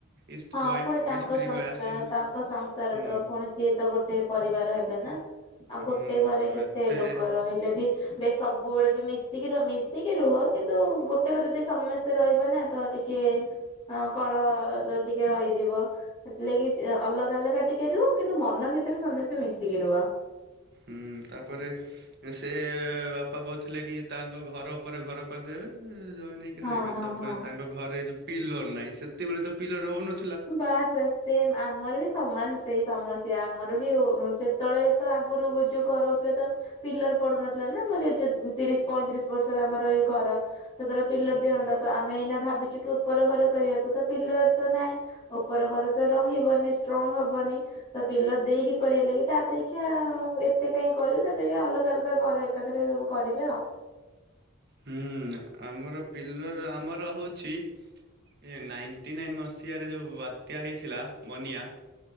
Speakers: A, on the right; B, on the left.
A: ଇଷ୍ଟ
B: ହଁ
A: ୱାଇଫ
B: ପୁଣି ତାଙ୍କ
A: ସ୍ତ୍ରୀ
B: ସଂସ୍କାର
A: ଆସିବେ।
B: ତାଙ୍କ ସଂସାର
A: ହୁଁ
B: ତ ପୁଣି ସିଏ ତ ଗୋଟେ ପରିବାର ହେବେ ନା। ଆଉ
A: ହୁଁ
B: ଗୋଟେ ଘରେ
A: ତ
B: କେତେ
A: ଏତେ
B: ଲୋକ ରହିଲେ ବି ସବୁବେଳେ ବି ମିଶ ମିଶିକି ମିଶିକି ରୁହ କିନ୍ତୁ ଗୋଟେ ଘର ଯଦି ସମସ୍ତେ ରହିବ ନା ତ ଟିକେ ଅଁ କଳ ଟି ହେଇଯିବ ସେଥିଲାଗି ଅଲଗା ଅଲଗା ଟିକେ ରୁହ କିନ୍ତୁ ମନ ଭିତରେ ସମସ୍ତେ ମିଶିକି ରୁହ।
A: ହୁଁ ତାପରେ ସେ ବାପା କହୁଥିଲେ କି ତାଙ୍କ ଘର ଉପରେ ଘର କରିଦେବେ। <unintelligible> ନେଇକି
B: ହଁ
A: ରହିବେ
B: ହଁ
A: ତାପରେ
B: ହଁ।
A: ତାଙ୍କ ଘରେ ଯୋଉ ପିଲର ନାହିଁ ସେତେବେଳେ ତ ପିଲର ରହୁନ
B: ବାସ୍ ବାସ୍ ସେମ୍ ଆମର ବି ସମାନ ସେଇ ସମ ଆମର ବି ସେତେବେଳେ ତ ଆଗରୁ ଯୋଉ ଘର ହଉଥିଲା ତ ପିଲର ପଡୁ଼ନଥିଲା ନା ମ ଜେଜେ ତିରିଶି ପଇଁତିରିଶି ବର୍ଷର ଆମର ଏଇ ଘର। ସେତେବେଳେ ପିଲର
A: ହୁଁ
B: ଦିଅନ୍ତା ତ ଆମେ ଏଇନା ଭାବିଛୁ କି ଉପର ଘର କରିବାକୁ ତ ପିଲର ତ ନାଇଁ। ଉପର ଘର ତ ରହିବନି ଷ୍ଟ୍ରଙ୍ଗ୍ ହବନି ତ ପିଲର ଦେଇକି କରିବା ଲାଗି ତା ଅପେକ୍ଷା ଏତେ କାଇଁ କରିବୁ ତାପରେ ଅଲଗା ଅଲଗା ଘର ଏକାଥରେ ସବୁ କରିବେ ଆଉ।
A: ହୁଁ ଆମର ପିଲର ଆମର ହଉଛି। ଏ ନାଇଟିନାଇନ ମସିହାରେ ଯୋଉ ବାତ୍ୟା ହେଇଥିଲା ବନିଆ